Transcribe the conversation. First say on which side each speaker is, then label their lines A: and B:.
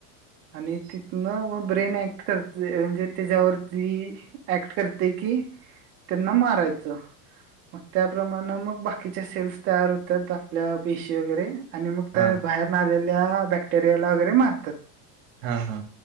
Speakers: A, on the right (about 25°); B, on the right (about 50°).
A: आणि तिथन म ब्रेन ऍक्ट करतय म्हणजे त्याच्यावरती ऍक्ट करतय की कि त्यांना मारायचं. मग त्याप्रमाणे मग बाकीच्या सेल्स तयार होतात, आपल्या पेशी वगैरे. आणि मग
B: हा
A: त्या बाहेर न आलेल्या बॅक्टेरियाला वगैरे मारतात.
B: हा हा.